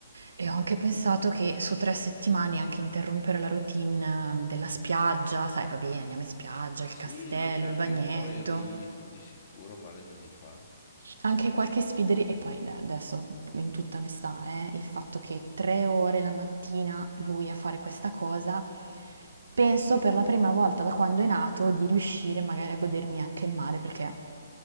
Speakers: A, on the right; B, on the left.
A: e ho anche pensato che su tre settimane anche interrompere la routine eh, della spiaggia, sai, va bene, andiamo in spiaggia,
B: Sì,
A: il castello,
B: gli cambi
A: il bagnetto,
B: un po' il ritmo, di sicuro male non gli fa.
A: anche qualche sfideri, e poi eh, adesso in tutta onestà, eh, il fatto che tre ore la mattina lui a fare questa cosa, penso per la prima volta da quando è nato di riuscire magari a godermi anche il mare, perché